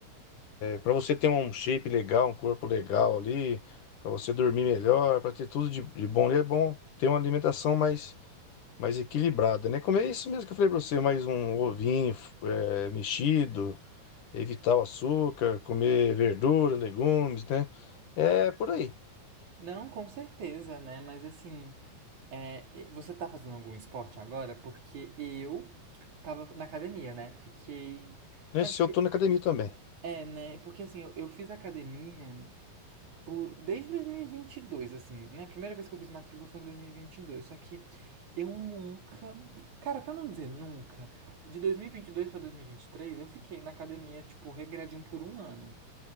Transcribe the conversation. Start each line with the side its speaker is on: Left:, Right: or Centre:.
Left: para você ter um shape legal, um corpo legal ali, para você dormir melhor, para ter tudo de, de bom, é bom ter uma alimentação mais, mais equilibrada, né? Comer isso mesmo que eu falei para você, mais um ovinho é, mexido evitar o açúcar, comer verdura, legumes, né? É por aí.
Right: Não, com certeza, né? Mas assim, é, você tá fazendo algum esporte agora? Porque eu tava na academia, né? Fiquei.
Left: Nesse
Right: Na verdade,
Left: eu tô na academia também.
Right: é, né? Porque assim, eu, eu fiz academia por desde dois mil e e vinte e dois assim, né? A primeira vez que eu fiz matrícula foi em dois mil e e vinte e dois só que eu nunca, cara, pra não dizer nunca, de 2022 pra 2023 eu fiquei na academia, tipo, regradinho por um ano.